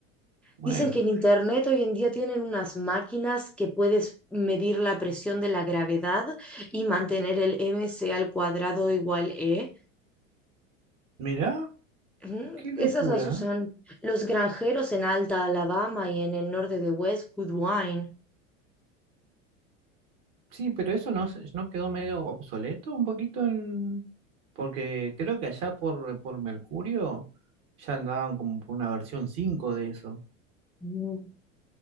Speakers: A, on the right; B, in the centre.
A: bueno,
B: Dicen que en internet hoy en día tienen unas máquinas que puedes medir la presión de la gravedad y mantener el m c al cuadrado igual E.
A: mirá,
B: Ujú,
A: qué locura.
B: Esas las usan los granjeros en Alta Alabama y en el norte de West Goodwine.
A: Sí, pero eso no, se- no quedó medio obsoleto un poquito en... Porque creo que allá por, por Mercurio ya andaban como por una versión 5 de eso.
B: Mm.